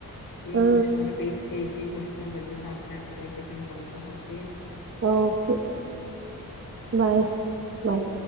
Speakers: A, on the left (about 75°); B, on the right (about 40°).
A: டீ
B: ஆ
A: குடிச்ட்டு ஒன்ட்ட பேசிட்டே டீ குடிச்சிட்டே பஜ்ஜி சாப்டே போய்ட்டு டிஃபன் பண்றே ஓகே
B: ஓகே பாய் பாய்